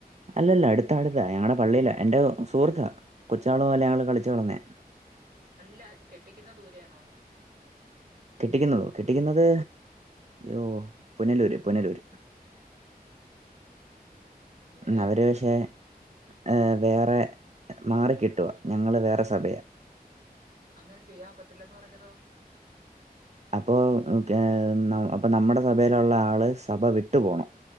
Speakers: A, on the right; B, on the right.
A: അല്ല അടുത്ത അടുത്താ ഞങ്ങളുടെ പള്ളില എന്റെ സുഹൃത്താ കൊച്ചനാൾ മുതലേ കളിച്ച് വളന്നെയാ
B: അല്ല കെട്ടിക്കുന്ന ദൂരയാണോന്ന്.
A: കെട്ടിക്കുന്നതോ കെട്ടിക്കുന്നത് ഓഹ് പുനലൂര് പുനലൂര്.
B: ഉം ഉം ഉം. പിന്നെ
A: ന്ന
B: വേറെ
A: അവര്
B: എന്തോ
A: പക്ഷെ ഏഹ് വേറെ മാറിക്കെട്ടുവ ഞങ്ങാ വേറെ സഭയാ.
B: അങ്ങനെ ചെയ്യാൻ ഒക്കത്തില്ലന്ന് പറഞ്ഞതോ.
A: അപ്പോ കെ ന്ന അപ്പൊ നമ്മുടെ സഭയിലുള്ള ആള് സഭ വിട്ടു പോണം.